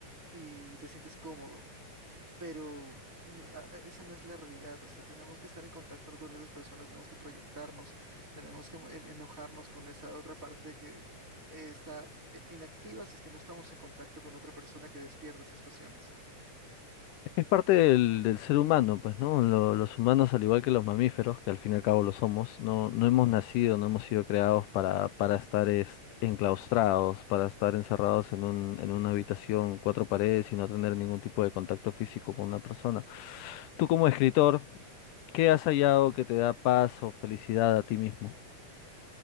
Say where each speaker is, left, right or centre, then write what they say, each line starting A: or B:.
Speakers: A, on the right; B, on the left.
A: y te sientes cómodo. pero no- a- a- esa no es la realidad. O sea, tenemos que estar en contacto con otras personas, tenemos que proyectarnos, tenemos que mo- en- enojarnos con esa otra parte que eh, está eh, inactiva si es que no estamos en contacto con otra persona que despierta esas pasiones.
B: Es parte del, del ser humano, pues, ¿no? Lo- los humanos, al igual que los mamíferos, que al fin y al cabo lo somos, no, no hemos nacido, no hemos sido creados para, para estar es- enclaustrados, para estar encerrados en un, en una habitación, cuatro paredes y no tener ningún tipo de contacto físico con una persona. Tú como escritor, ¿qué has hallado que te da paz o felicidad a ti mismo?